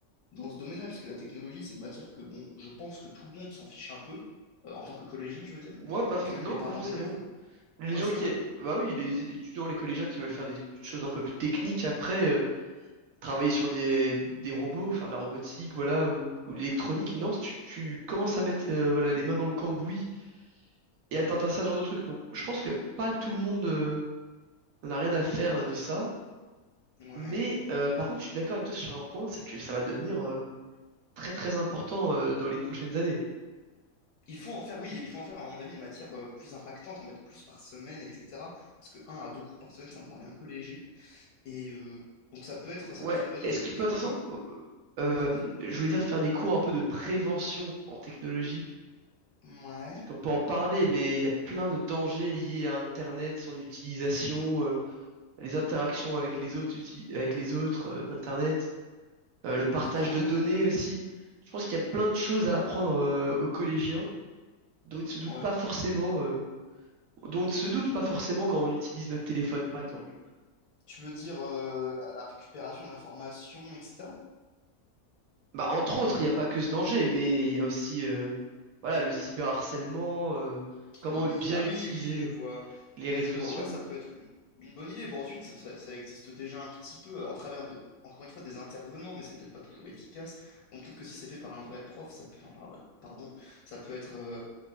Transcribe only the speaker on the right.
Ouais, pas for-
non,
pas forcément.
Les
gens
qui
aiment... Bah oui, les étudiants, les collégiens qui veulent faire des choses un peu plus techniques après, euh, travailler sur des, des robots, faire de la robotique, voilà, ou, ou de l'électronique. Non, tu, tu commences à mettre euh, voilà, les mains dans le cambouis et à t'intéresser à ce genre de truc. Donc je pense que pas tout le monde euh, n'en a rien à faire de ça.
Mais euh, par contre, je suis d'accord avec toi sur un point, c'est que ça va devenir euh, très très important euh, dans les prochaines années.
Ouais,
et ce qui peut
être intéressant,
euh,
je voulais dire faire des cours un peu de prévention en technologie.
On peut en parler, mais il y a plein de dangers liés à Internet, son utilisation, euh, les interactions avec les autres, uti- avec les autres euh, d'Internet, euh, le partage
de données
aussi. Je pense qu'il y a plein de choses à apprendre euh, aux collégiens dont ils ne se doutent
pas
forcément, euh, dont on ne se doute pas forcément quand on utilise notre téléphone, par exemple.
Bah, entre autres, il n'y a pas que ce danger, mais il y a aussi euh, voilà, le cyberharcèlement, euh, comment
bien
utiliser
les
réseaux
sociaux.